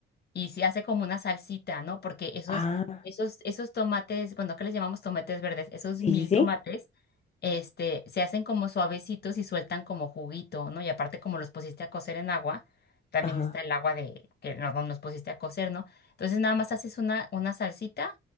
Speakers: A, on the left; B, on the left.
A: y se hace como una salsita, ¿no? Porque esos,
B: Ah,
A: esos, esos tomates, bueno, acá les llamamos tomates verdes, esos
B: sí,
A: mil
B: sí, sí.
A: tomates, este, se hacen como suavecitos y sueltan como juguito, ¿no? Y aparte como los pusiste a cocer en agua, también
B: Ajá.
A: está el agua de que no, no los pusiste a cocer, ¿no? Entonces nada más haces una, una salsita